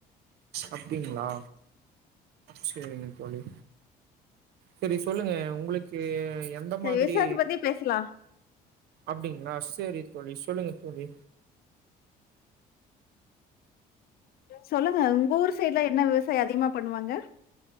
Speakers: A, on the right (about 75°); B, on the left (about 65°).
A: அப்டிங்களா செரிங்க தோழி செரி சொல்லுங்க உங்களுக்கு எந்த
B: சரி
A: மாதிரி
B: விவசாயத்த பத்தி பேசலா
A: அப்டிங்களா செரி தோழி சொல்லுங்க தோழி
B: சொல்லுங்க உங்க ஊர் சைடு்ல என்ன விவசாயம் அதிகமா பண்ணுவாங்க